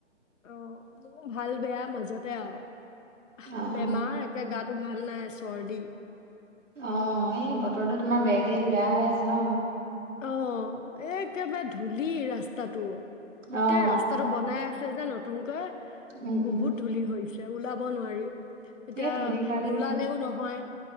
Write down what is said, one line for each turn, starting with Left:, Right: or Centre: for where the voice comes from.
Left: উ মোৰ ভাল বেয়া মাজতে আৰু
Right: অ',
Left: বেমাৰ
Right: অ',
Left: একে গাত টো ভাল নাই চৰ্দি
Right: অ এই বতৰটো তোমাৰ বে কেইদিন বেয়া হৈ আছে ন
Left: অ এই একেবাৰে ধূলি ৰাস্তাটো
Right: অ',
Left: গোটেই ৰাস্তাটো বনাই যে নতুনকৈ
Right: উম,
Left: বহুত
Right: উম,
Left: ধূলি হৈছ এয়া ওলাব নোৱাৰি এতিয়া
Right: সেই ধূলিৰ কাৰণে
Left: লোলালেও নহয়